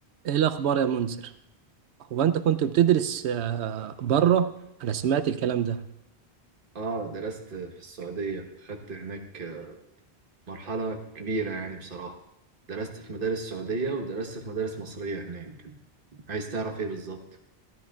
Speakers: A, on the right; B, on the right.
A: ايه الاخبار يا منذر هو انت كنت بتدرس آه، بره انا سمعت الكلام ده
B: اه درست في السعودية خدت هناك مرحلة كبيرة يعني بصراحة درست في مدارس سعودية ودرست في مدارس مصرية هناك عايز تعرف ايه بالظبط؟